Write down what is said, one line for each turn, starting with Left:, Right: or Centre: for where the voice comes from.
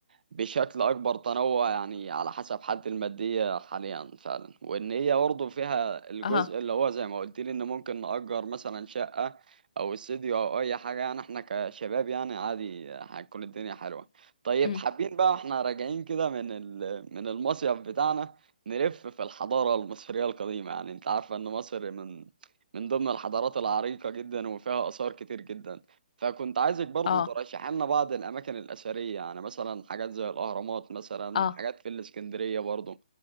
Right: بشكل أكبر تنوع يعني على حسب حالتي المادية حاليا فعلا وإن هي برضه فيها الجزء
Left: اه
Right: اللي هو زي ما قلت لي إن ممكن نأجر مثلا شقة أو استديو أو أي حاجة يعني إحنا كشباب يعني عادي هتكون الدنيا حلوة طيب
Left: أمم،
Right: حابين بقى إحنا راجعين كده من ال- من المصيف بتاعنا نلف في الحضارة المصرية القديمة يعني أنت عارفة إن مصر من من ضمن الحضارات العريقة جدا وفيها آثار كتير جدا فكنت عايزك برضه
Left: اه
Right: ترشح لنا بعض الأماكن الأثرية يعني مثلا حاجات زي الأهرامات مثلا
Left: اه
Right: حاجات في الإسكندرية برضه